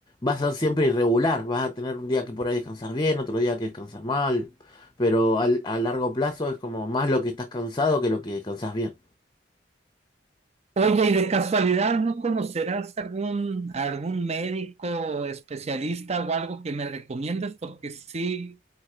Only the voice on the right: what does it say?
Oye, y de casualidad, ¿no conocerás algún, algún médico especialista o algo que me recomiendes? Porque sí,